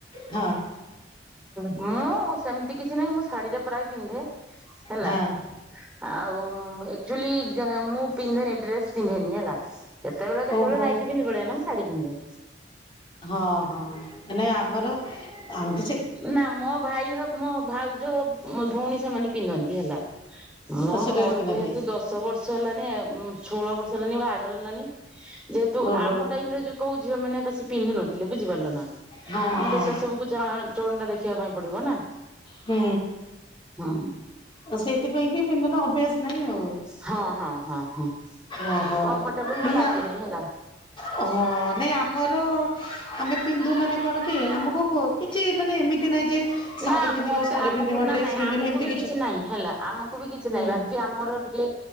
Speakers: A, on the left; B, in the centre.
A: ହଁ।
B: ମୁଁ ସେମିତି କିଛି ନାହିଁ ମୁଁ ଶାଢୀ ଟା ପ୍ରାୟ ପିନ୍ଧେ ହେଲା।
A: ହଁ
B: ଆଉ ମ୍ ଆକ୍ଚୁଲି ମୁଁ ପିନ୍ଧେନି ଡ୍ରେସ୍ ପିନ୍ଧେନି ହେଲା। କେତେବେଳେ କେତେବେଳେ
A: ଓହୋ
B: ନାଇଟି ପିନ୍ଧି ପଳାଏ ନା ମୁଁ ଶାଢୀ ପିନ୍ଧେ।
A: ହଁ ହଁ ମାନେ ଆମର ଆମ
B: ନା ମୋ ଭାଇ ଭା ମୋ ଭାଉଜ ମୋ ଭଉଣୀ ସେମାନେ ପିନ୍ଧନ୍ତି ହେଲା ମହ
A: ଆଉ ସେ
B: ମୋର
A: ଡ୍ରେସ ପିନ୍ଧନ୍ତି
B: ଯେହେତୁ ଦଶ ଦଶ ବର୍ଷ ହେଲାଣି ଷୋହଳ ବର୍ଷ ହେଲାଣି ବାହାଘର ହେଲାଣିି ଯେହେତୁ
A: ଓହୋ
B: ଆମ ଟାଇମ୍ ରେ ଯ କୋଉ ଝିଅ ମାନେ ବେଶୀ ପିନ୍ଧୁ ନଥିଲେ ବୁଝିପାରିଲ ନା
A: ହଁ
B: ଆମେ
A: ହଁ
B: ତ ସେ ସବୁକୁ ଚଳ ଚଳନୀ ଟା ଦେଖିବା ପାଇଁ ପଡ଼ିବ ନା।
A: ହୁଁ।
B: ହଁ।
A: ତ ସେଇଥିପାଇଁ କି ପିନ୍ଧୁନ ଅଭ୍ୟାସ ନାହିଁ ଆଉ।
B: ହଁ ହଁ ହଁ ହଁ
A: ଓହୋ
B: କମ୍ଫର୍ଟେବଲ
A: ମାନେ
B: ଲାଗେନି ହେଲା।
A: ହଁ ନାଇଁ ଆମର ଆମେ ପିନ୍ଧୁ ମାନେ କଣ କି ଆମକୁ କୁହ କିଛି ମାନେ ଏମିତି ନାହିଁ ଯେ ଶାଢ଼ୀ
B: ନା
A: ପିନ୍ଧିବ
B: ମତେ
A: ଶାଢ଼ୀ
B: ଆମକୁ
A: ପିନ୍ଧିବ
B: ନା
A: ଡ୍ରେସ
B: ନାଇଁ
A: ପିନ୍ଧିବନି
B: ଆମକୁ
A: ଏମିତି
B: ବି କିଛି ନାହିଁ ହେଲା ଆମ କୁ ବି କିଛି
A: ହୁଁ
B: ନାହିଁ ବାକି ଆମର ଟିକେ